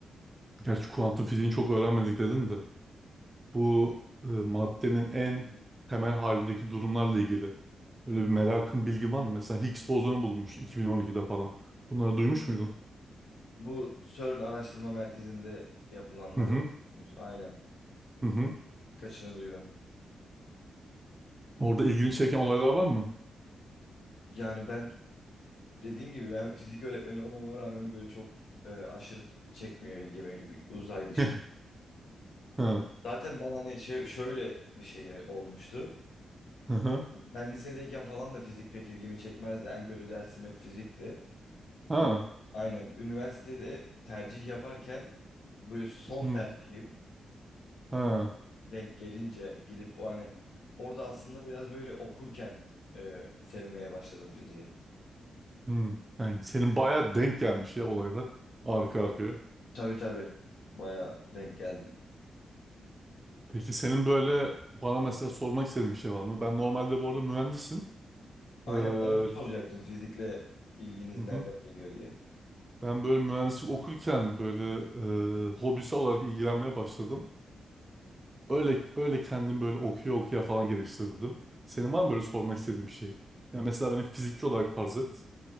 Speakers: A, on the right; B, on the left.
A: gerçi kuantum fiziğini çok öğrenmedik dedin de. Bu e, maddenin en temel halindeki durumlarla ilgili. Böyle bir merakın bilgin var mı? Mesela Higgs bozonu bulunmuştu 2012'de falan. Bunları duymuş muydun?
B: Bu CERN Araştırma Merkezi'nde yapılanları
A: Hı hı.
B: biliyorsunuz. Aynen.
A: Hı hı.
B: Birkaçını duydum.
A: Orada ilgini çeken olaylar var mı?
B: Yani ben dediğim gibi ben fizik öğretmeni olmama rağmen böyle çok e, aşırı çekmiyor ilgimi uzay
A: <laughs>
B: dışında.
A: Ha.
B: Zaten ben hani şey, şöyle bir şey olmuştu.
A: Hı hı.
B: Ben lisedeyken falan da fizik pek ilgimi çekmezdi. En kötü dersim hep fizikti.
A: Ha.
B: Ü- Aynen. Üniversitede tercih yaparken böyle son
A: Hı.
B: tercihim
A: Ha.
B: denk gelince gidip o hani orada aslında biraz böyle okurken e, sevmeye başladım fiziği.
A: Hmm. Yani senin bayağı denk gelmiş ya olaylar arka arkaya.
B: Tabii tabii. Bayağı denk geldi.
A: Peki senin böyle bana mesela sormak istediğin bir şey var mı? Ben normalde bu arada mühendisim.
B: Aynen
A: Ee, hı
B: ben onu soracaktım fizikle ilginiz
A: hı.
B: nereden geliyor diye.
A: Ben böyle mühendislik okurken böyle e, hobisi olarak ilgilenmeye başladım. Öyle öyle kendim böyle okuya okuya falan geliştirdim. Senin var mı böyle sormak istediğin bir şey? Yani mesela benim fizikçi olarak farz et.